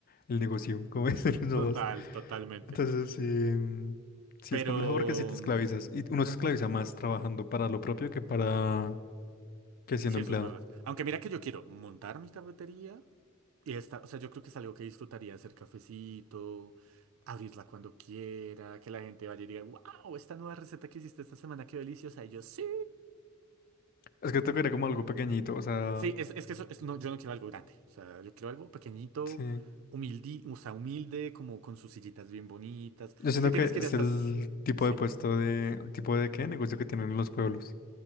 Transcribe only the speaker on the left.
el negocio, como dicen <laughs> los
Entonces sí, mm, sí
es complejo porque si te esclavizas y uno se esclaviza más trabajando para lo propio que para que siendo
empleado.
Es que tocaría como algo pequeñito, o sea,
sí.
Yo siento
que
es
el tipo
de puesto de, tipo de qué negocio que tienen en los pueblos.